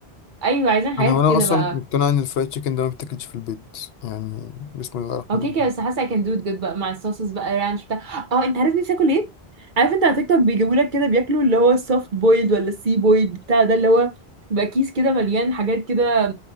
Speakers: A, on the right; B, on the left.
A: أيوة عايزين حاجات
B: انا وانا
A: كده
B: اصلا
A: بقى
B: مقتنع ان الفرايد تشيكن ده ما بتاكلش في البيت يعني بسم الله الرحمن
A: هو كده
B: الرحيم
A: كده بس حاسه I can do it good بقى مع الصوصز بقى رانش بتاع اه انت عارف نفسي اكل ايه؟ عارف انت على تيك توك بيجيبوا لك كده بياكلوا اللي هو السوفت بويلد ولا السي بويلد بتاع ده اللي هو بيبقى كيس كده مليان حاجات كده